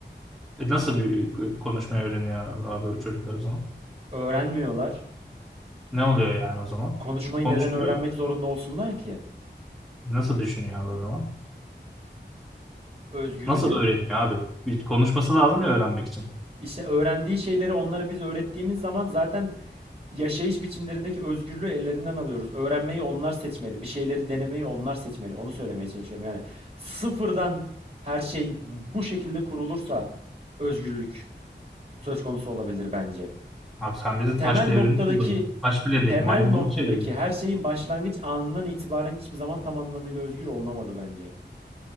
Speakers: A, in the centre; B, on the right.
A: E nasıl bir e, konuşmayı öğreniyor abi çocuklar o zaman?
B: Öğrenmiyorlar.
A: Ne oluyor yani o zaman?
B: Konuşmayı
A: Konuşmuyor.
B: neden öğrenmek zorunda olsunlar ki?
A: Nasıl düşünüyor abi o zaman?
B: Özgürce.
A: Nasıl öğreniyor abi? Bir konuşması lazım ya öğrenmek için.
B: İşte öğrendiği şeyleri onlara biz öğrettiğimiz zaman zaten Yaşayış biçimlerindeki özgürlüğü ellerinden alıyoruz. Öğrenmeyi onlar seçmeli. Bir şeyleri denemeyi onlar seçmeli. Onu söylemeye çalışıyorum. Yani sıfırdan her şey bu şekilde kurulursa özgürlük söz konusu olabilir bence.
A: Abi sen bizi taş
B: Temel
A: devrinde
B: noktadaki
A: yolladın. Taş bile değil
B: temel
A: maymuna
B: noktadaki
A: çevirdin.
B: her şeyin başlangıç anından itibaren hiçbir zaman tam anlamıyla özgür olunamadı bence.